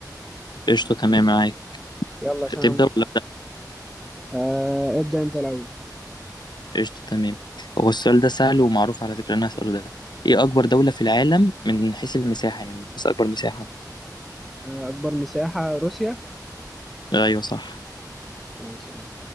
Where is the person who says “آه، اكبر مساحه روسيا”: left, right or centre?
Centre